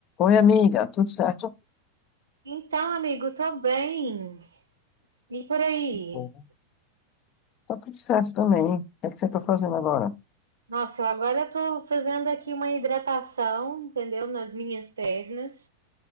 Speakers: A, on the left (about 35°); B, on the right (about 70°).
A: Oi, amiga, tudo certo?
B: Então, amigo, tô bem. E por aí?
A: Bom, Tá tudo certo também. O que é que você tá fazendo agora?
B: Nossa, eu agora tô fazendo aqui uma hidratação, entendeu? Nas minhas pernas,